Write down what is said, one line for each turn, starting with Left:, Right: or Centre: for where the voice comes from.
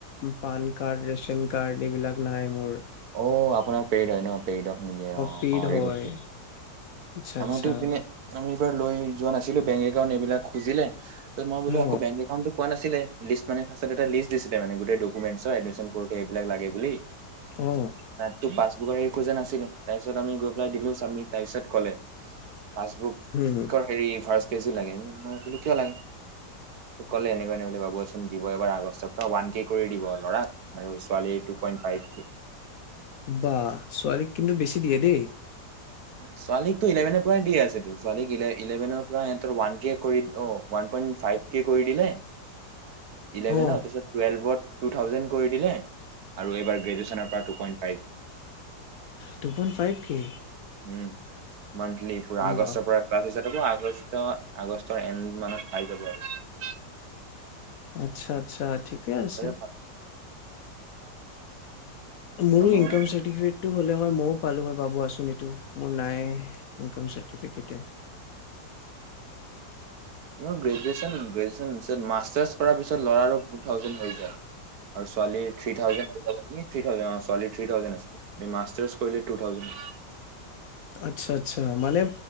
Left: পান কাৰ্ড ৰেচন কাৰ্ড এইবিলাক নাই মোৰ
Right: অ', আপোনাৰ পেইড হয় ন'। পেইডক নিদিয়ে অ',
Left: পেইড
Right: পাহৰি
Left: হয়
Right: গৈছিল
Left: আচ্ছা আচ্ছা
Right: আমাৰতো ইপিনে আমি এইবাৰ লৈ যোৱা নাছিলো বেংক কাৰণ এইবিলাক খুজিলে ত' মই বোলো
Left: অ
Right: আকৌ বেং একাউণ্টটো কোৱা নাছিলে। লিষ্ট মানে ফাৰ্ষ্ট এটা লিষ্ট দিছিলে মানে গোটেই ডকুমেচৰ এডমিচন কৰতে এইবিলাক লাগে বুলি।
Left: অ
Right: না তো পাচ মোক হেৰি খোজা নাছিলে তাৰ পিছত আমি গৈ পেলাই দিলো চামি তাৰ পিছত ক'লে। পাছবুক
Left: উম
Right: হেৰি ফাৰ্ষ্ <unintelligible> কিয় লাগে ক'লে এনেকুৱা ন' বোলে বাবোন দিব এবাৰ আগষ্টৰ পৰা ৱান কে কৰি দিব ল'ৰাক আৰু ছোৱালী টু পইন্ট কে <inaudible>
Left: বা ছোৱালীক কিন্তু বেছি দিয়ে দেই।
Right: ছোৱালীকতো ইলেভেনৰ পৰাই দি আছে ছোৱালীক ইলেভেনৰ পৰাতৰ ৱান কে কৰি অ', ওৱান পইন্ট ফাইভ কে কৰি দিলে। ইলেভেন
Left: অ
Right: তাপিছত টুৱেল্ভত টু থাউজেণ্ড কৈ দিলে আৰু এইবাৰ্ গ্ৰেজুৱেচনৰ পৰা টোপইন
Left: টু পইণ্ট ফাইভ কে?
Right: উম। মান্থলি পুৰা আগষ্টৰ
Left: বা
Right: পৰা হাত হাজাৰ টকা আগষ্ট, আগষ্টৰ এড মানত পাই যাব আৰু।
Left: আচ্ছা। আচ্ছা, ঠিকে আছে।
Right: তাৰে ভাল
Left: মোৰো
Right: আমাৰ
Left: ইনকাম চাৰ্টিফিকেট টো হ'লে হয় মইও পালোঁ হয় বাবু আচনিটো মোৰ নাই ইনকাম চাৰ্তিফিকেটে।
Right: মোৰ গ্ৰেজুৱেচন গ্ৰেজুৱেচন পিছত মাষ্টাৰছ কৰাৰ পিছত ল'ৰাৰো টু থাউজেণ্ড হৈ যায়। আৰু ছোৱালী থ্ৰী থাউেণ্ড যে থ থাউজে ছোৱালীৰ থ্ৰী থাউজেণ্ড আছে মাষ্টাৰ্ছ কৰিলে টু থাউজেণ্ড হয়।
Left: আচ্ছা আচ্ছা মানে